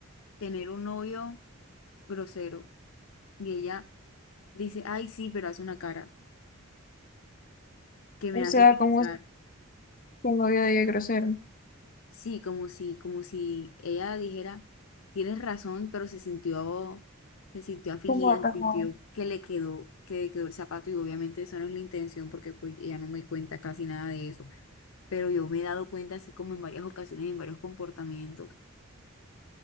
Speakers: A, on the left; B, on the left.
A: tener un novio grosero y ella dice, ay, sí, pero hace una cara que me
B: O
A: hace
B: sea,
A: pensar,
B: como el novio de ella es grosero,
A: sí, como si, como si ella dijera, tienes razón, pero se sintió, se sintió afligida,
B: como atacado.
A: se sintió que le quedó, que le quedó el zapato y obviamente eso no es la intención porque pues ella no me cuenta casi nada de eso. pero yo me he dado cuenta así como en varias ocasiones, en varios comportamientos.